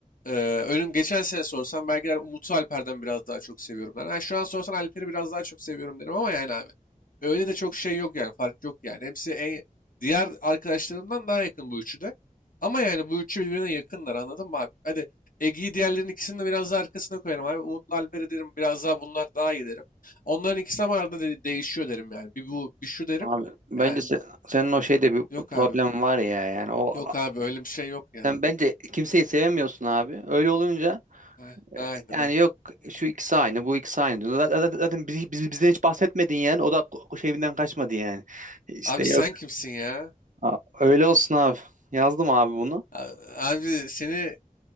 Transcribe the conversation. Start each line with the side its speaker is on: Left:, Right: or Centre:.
Left: ee, önüm geçen sene sorsan belki der Umut'u Alper'den biraz daha çok seviyorum der. Ha, şu an sorsan Alper'i biraz daha çok seviyorum derim ama yani abi. Öyle de çok şey yok yani fark yok yani. Hepsi en diğer arkadaşlarımdan daha yakın bu üçü de. Ama yani bu üçü birbirine yakınlar anladın mı abi? Hadi Ege'yi diğerlerinin ikisini de biraz daha arkasına koyarım abi. Umut'la Alper'i derim biraz daha bunlar daha iyi derim. Onların ikisi ama arada de- değişiyor derim yani. Bir bu bir şu derim.
Right: Abi
Left: Yani
Right: bence se- senin o şeyde bir
Left: yok
Right: problem
Left: abi.
Right: var ya yani o
Left: Yok abi öyle bir şey yok ya.
Right: sen bence kimseyi sevemiyorsun abi. Öyle olunca
Left: Ay- Aynen
Right: yani
Left: ha.
Right: yok şu ikisi aynı bu ikisi aynı. Zaten, zaten biz, biz- bizden hiç bahsetmedin yani o da ko- şeyinden kaçmadı yani. İşte
Left: Abi sen
Right: yok
Left: kimsin ya?
Right: Aa, Öyle olsun abi. Yazdım abi bunu.
Left: A- Abi seni